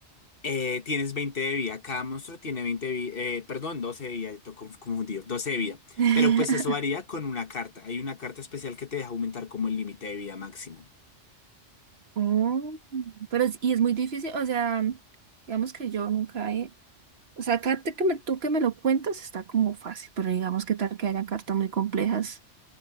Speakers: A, on the left; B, on the right.
A: Eh, tienes 20 de vida. Cada monstruo tiene 20 de vida. Eh, perdón, 12 de vida. Estoy conf- confundido. doce de vida.
B: <laughs>
A: Pero pues eso varía con una carta. Hay una carta especial que te deja aumentar como el límite de vida máximo.
B: Mm. Pero, es- y es muy difícil, o sea, digamos que yo nunca he, o sea, acá te que me- tú que me lo cuentas está como fácil, pero digamos que tal que hayan cartas muy complejas,